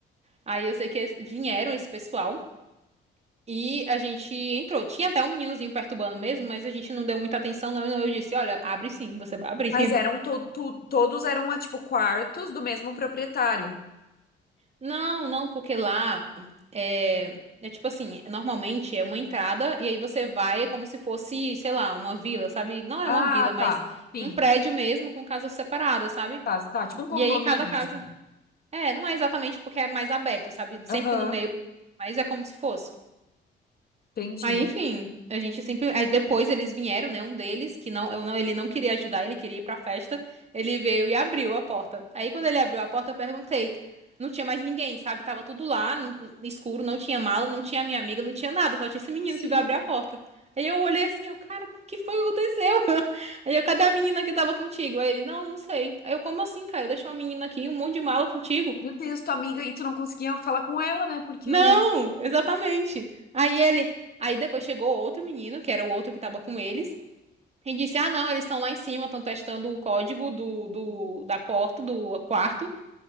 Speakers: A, on the right; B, on the left.
A: Aí eu sei que eles vieram esse pessoal e a gente entrou. Tinha até um meninozinho perturbando mesmo, mas a gente não deu muita atenção não, então eu disse, olha, abre sim, você vai abrir.
B: Mas eram to to- todos eram ah, tipo quartos do mesmo proprietário.
A: Não, não, porque lá é, é tipo assim, normalmente é uma entrada e aí você vai, é como se fosse, sei lá, uma vila, sabe? Não é
B: Ah,
A: uma vila, mas
B: tá. Sim.
A: um prédio mesmo com casas separadas, sabe?
B: Tá, tá. Tipo um condomínio,
A: E aí cada casa.
B: assim.
A: É, não é exatamente porque é mais aberto, sabe? Sempre
B: Aham.
A: no meio, mas é como se fosse.
B: Entendi.
A: Aí, enfim, a gente sempre. Aí depois eles vieram, né? Um deles, que não, eu não, ele não queria ajudar, ele queria ir pra festa. Ele veio e abriu a porta. Aí quando ele abriu a porta, eu perguntei. Não tinha mais ninguém, sabe? Tava tudo lá, n- n- escuro, não tinha mala, não tinha minha amiga, não tinha nada, só tinha esse menino
B: Sim.
A: que veio abrir a porta. Aí eu olhei assim, eu, cara, que foi que aconteceu? <laughs> Aí eu, cadê a menina que tava contigo? Aí ele, não, não sei. Aí eu, como assim, cara? Eu deixei uma menina aqui, um monte de mala contigo.
B: Meu Deus, tua amiga, e tu não conseguia falar com ela, né? Porque.
A: Não, exatamente. Aí ele, aí depois chegou outro menino, que era o outro que tava com eles, e disse: "Ah, não, eles estão lá em cima, estão testando o código do, do da porta do quarto